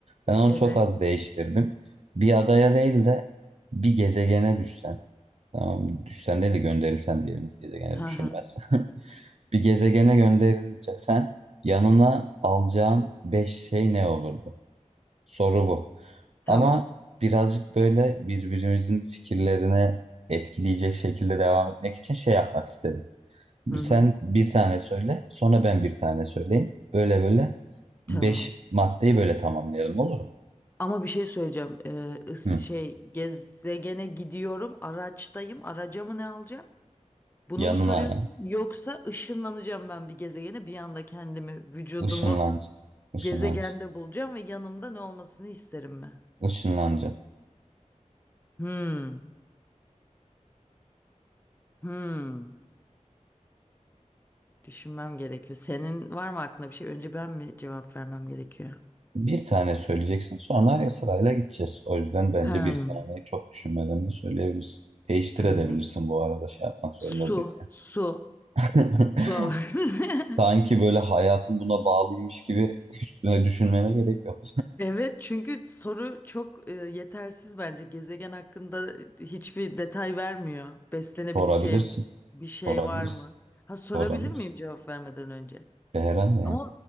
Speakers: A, on the right; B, on the left.
A: Ben onu
B: Evet.
A: çok az değiştirdim. Bir adaya değil de bir gezegene düşsen. Tamam düşsen değil de gönderilsen diyelim. Gezegene
B: Ha
A: düşülmez.
B: ha,
A: <laughs> Bir gezegene gönderilince sen yanına alacağın beş şey ne olurdu? Soru bu.
B: tamam.
A: Ama birazcık böyle birbirimizin fikirlerine etkileyecek şekilde devam etmek için şey yapmak istedim.
B: Hı hı.
A: Sen bir tane söyle, sonra ben bir tane söyleyeyim. Böyle böyle
B: Tamam.
A: beş maddeyi böyle tamamlayalım olur mu?
B: Ama bir şey söyleyeceğim. Ee, ıs-
A: Hı.
B: şey gezegene gidiyorum. Araçtayım. Araca mı ne alacağım? Bunu
A: Yanına
B: mu soruyorsun?
A: ya.
B: Yoksa ışınlanacağım ben bir gezegene. Bir anda kendimi, vücudumu
A: Işınlanacak. Işınlanacak.
B: gezegende bulacağım ve yanımda ne olmasını isterim ben.
A: Işınlanacak.
B: Hmm. Hmm, düşünmem gerekiyor. Senin var mı aklında bir şey? Önce ben mi cevap vermem gerekiyor?
A: Bir tane söyleyeceksin sonra sırayla gideceğiz. O yüzden bence
B: Hmm,
A: bir taneyi çok düşünmeden de söyleyebilirsin. Değiştirebilirsin
B: e,
A: bu arada şey yapmak
B: su,
A: zorunda değil.
B: su,
A: <laughs>
B: su al. <laughs>
A: Sanki böyle hayatın buna bağlıymış gibi <laughs> üstüne düşünmene gerek yok.
B: Evet, çünkü soru çok e, yetersiz bence. Gezegen hakkında hiçbir detay vermiyor. Beslenebileceğim
A: Sorabilirsin,
B: bir şey
A: sorabilirsin,
B: var mı? Ha sorabilir
A: sorabilirsin.
B: miyim cevap vermeden önce?
A: E, herhalde yani.
B: Ama